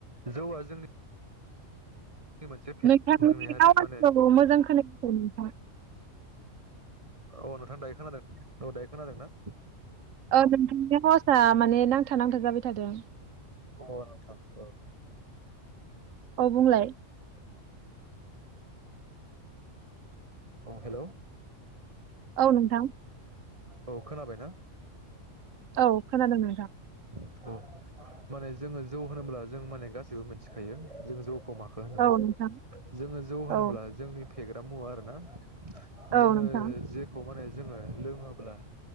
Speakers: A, on the right (about 25°); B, on the right (about 80°).
A: जौआ जोंनि मोपनसे फेग
B: नोंथांनि
A: हारि
B: आवाजखौ
A: माहोनो
B: मोजां खोनायाखै नोंथां
A: औ नोंथां दायो खोनादों औ दायो खोनादोंना?
B: औ नोंथांनि आवउसा माने नांथा नांथा जाबाय थादों
A: औ नोंथा औ।
B: औ बुंलाय
A: औ हेल'
B: औ नोंथां
A: औ खोनाबाय ना
B: औ खोनादों नोंथां
A: औ माने जोङो जौ होनोब्ला जों माने गासैबो मिथिखायो जों जौ माखौ होनो।
B: औ नोंथां
A: जोङो जौ होनोब्ला
B: औ
A: जोंनि फेग्रा मुवा आर ना जोङो
B: औ नोंथां
A: जेखौ माने जोङो लोङोब्ला